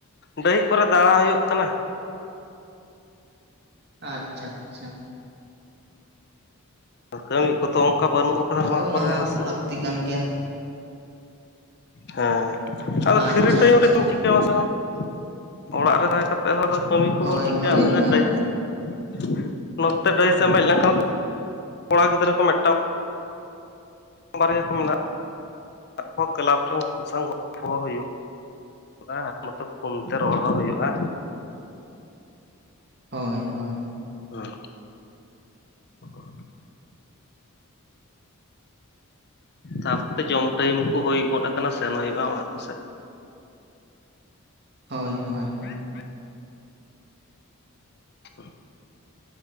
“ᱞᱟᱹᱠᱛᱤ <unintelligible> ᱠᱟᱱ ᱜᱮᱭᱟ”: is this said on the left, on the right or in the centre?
Right